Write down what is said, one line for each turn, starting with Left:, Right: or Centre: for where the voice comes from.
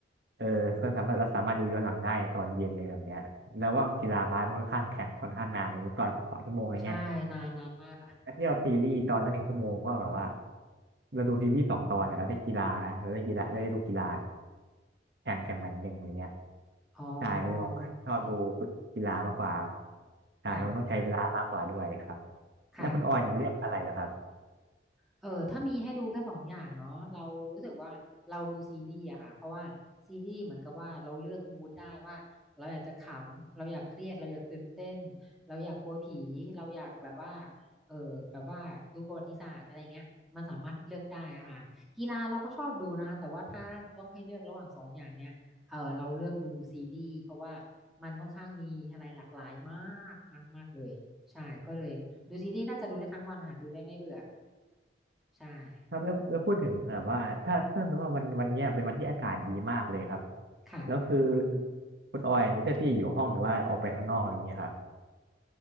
Right: เออก็สามารถเราสามารถดูย้อนหลังได้ตอนเย็นเลยแบบเนี้ยแล้วว่ากีฬาบาสมันค่อนข้างแข่งค่อนข้างนานอย่างนี้ตอนสองชั่วโมงอะไรเงี้ย
Centre: ใช่นานนานมากอ่ะ
Right: แล้วที่เราซีรีส์ตอนละหนึ่งชั่วโมงก็แบบว่าเราดูซีรีส์สองตอนอะแล้วได้กีฬาเราได้กีฬาเราได้ดูกีฬาแข่งแข่งแข่งหนึ่งอะไรเงี้ย
Centre: อ๋อ
Right: ใช่ก็เลยบอกชอบดู
Centre: โอเค
Right: กีฬามากกว่าใช่เพราะมันต้องใช้เวลามากกว่าด้วยครับ
Centre: ค่ะค่ะ
Right: แล้วคุณออยเลือกอะไรล่ะครับ
Centre: เออถ้ามีให้ดูแค่สองอย่างเนาะเรารู้สึกว่าเราดูซีรีส์อะค่ะเพราะว่าซีรีส์เหมือนกับว่าเราเลือกมูดได้ว่าเราอยากจะขำเราอยากเครียดเราอยากตื่นเต้นเราอยากกลัวผีเราอยากแบบว่าเออแบบว่าดูประวัติศาสตร์อะไรเงี้ยมันสามารถเลือกได้อะค่ะกีฬาเราก็ชอบดูนะคะแต่ว่าถ้าต้องให้เลือกระหว่างสองอย่างเนี้ยเออเราเลือกดูซีรีส์เพราะว่ามันค่อนข้างมีอะไรหลากหลายมากมากมากเลยใช่ก็เลยดูซีรีส์น่าจะดูได้ทั้งวันค่ะดูได้ไม่เบื่อใช่
Right: ครับแล้วแล้วพูดถึงแบบว่าถ้าถ้าสมมติว่าวันวันเนี้ยเป็นวันที่อากาศดีมากเลยครับ
Centre: ค่ะ
Right: แล้วคือคุณออยจะเลือกที่จะอยู่ห้องหรือว่าออกไปข้างนอกอะไรเงี้ยครับ